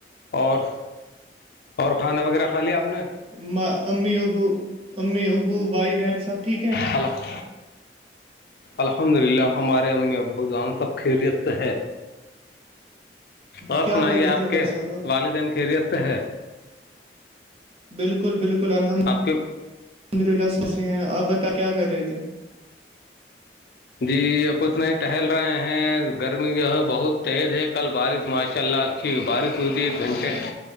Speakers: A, on the left; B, on the right.
A: اور اور کھانا وغیرہ کھا لیا آپ نے
B: م امی ابو امی ابو بھائی بہن سب ٹھیک ہیں
A: خلق الحمد للہ ہمارے امی ابو جان سب خیریت سے ہے اور
B: کیا
A: سنائیے
B: کر رہے
A: آپ
B: تھے بھائی
A: کے
B: صاحب آب
A: والدین خیریت سے ہے
B: بالکل بالکل الحمد
A: آپ کے
B: الحمد للہ سبس ہیں آپ بت کیا کر رہے تھے
A: جی کچھ نہیں ٹہل رہے ہیں گرمی جو ہے بہت تیز ہے کل بارش ماشاء اللہ ٹھیک ہے بارش ہوئی تھی ایک گھنٹے